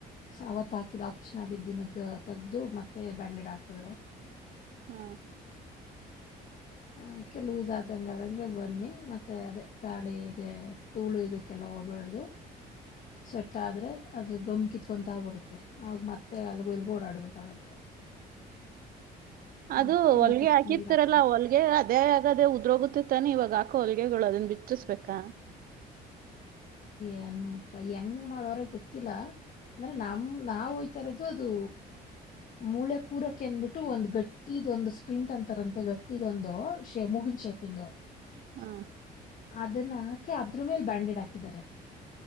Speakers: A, on the left; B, on the right.
A: ಅವತ್ ಹಾಕಿದ ಆಪರೇಷನ್ ಆಗಿದ್ದಿನದದು ತಗ್ದು ಮತ್ತೆ ಬ್ಯಾಂಡೇಡ್ ಹಾಕಿದ್ರು
B: ಹ್ಮ
A: ಹ ಅಕ್ಕೆ ಲೂಸ್ ಆದಂಗ ಅದಂಗೆ ಬನ್ನಿ ಮತ್ತೆ ಅದೇ ಗಾಳಿಗೆ ದೂಳು ಇದಕ್ಕೆಲ್ಲ ಹೋಗ್ಬ್ಯಾಡ್ದು ಹ ಸ್ವೆಟ್ ಆದ್ರೆ ಅದು ಗಮ್ ಕಿತ್ಕೊಂತ ಬರುತ್ತೆ ಅವಾಗ ಮತ್ತೆ ಅಲ್ಗು ಇಲ್ಗು ಓಡಾಡ್ಬೇಕಾಗತ್ತೆ.
B: ಅದು
A: ಅದಕ್ಕೆ
B: ಹೊಲ್ಗೆ
A: ಮುಖಕ್ಕೆ
B: ಹಾಕಿರ್ತರಲ್ಲ
A: ನೀರ್ ಹಾಕಂಗಿಲ್ಲ
B: ಹೊಲ್ಗೆ ಅ ಅದೇ ಆಗದೇ ಉದ್ರೋಗುತ್ತೆ ತಾನೆ ಇವಾಗ ಹಾಕೋ ಹೊಲಿಗೆಗಳು ಅದನ್ನ ಬಿಚ್ಚಿಸ್ಬೇಕಾ
A: ಏನ್ ಹೆಂಗ್ ಮಾಡೋರ ಗೊತ್ತಿಲ್ಲಾ ಅಂದ್ರೆ ನಮ ನಾ ಹೋಯ್ತಾ ಇರೋದು ಅದು ಮೂಳೆ ಕೂರಕ್ಕೆ ಅಂದಬಿಟ್ಟು ಒಂದ್ ಗಟ್ಟಿ ಇದೊಂದು ಸ್ಪ್ರಿಂಟ್ ಅಂತಾರಂತೆ ಗಟ್ಟಿ ಇದೊಂದು ಶೇ ಮೂಗಿನ್ ಶೇಪಂದು
B: ಹಾ
A: ಅದನ್ನಹಾಕೆ ಅದ್ರ ಮೇಲೆ ಬ್ಯಾಂಡೆಡ್ ಹಾಕಿದ್ದಾರೆ